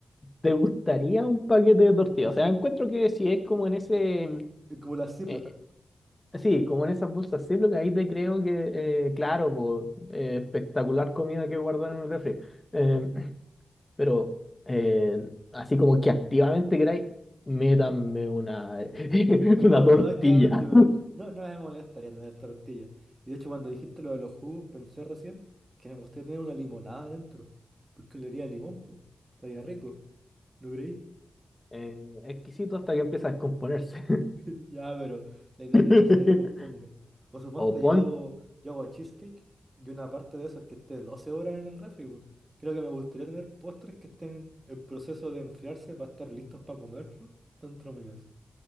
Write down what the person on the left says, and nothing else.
¿Te gustaría un paquete de tortillas? O sea, encuentro que si es como en ese...
eh, sí, como en esas bolsas sí, ziploc, ahí te creo que, eh, claro, po, eh, espectacular comida que guardar en el refri. Eh, pero eh, así como que activamente queráis, métanme una, <laughs>
una tortilla.
Eh, exquisito hasta que empieza a descomponerse.
<laughs>
O
pon...